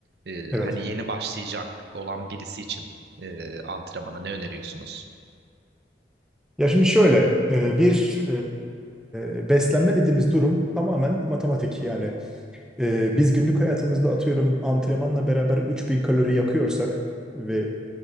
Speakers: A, on the right; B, in the centre.
A: E,
B: Evet.
A: hani yeni başlayacak olan birisi için e, antrenmana ne öneriyorsunuz?
B: Ya şimdi şöyle e, bir e, beslenme dediğimiz durum tamamen matematik yani e, biz günlük hayatımızda atıyorum antrenmanla beraber 3000 kalori yakıyorsak ve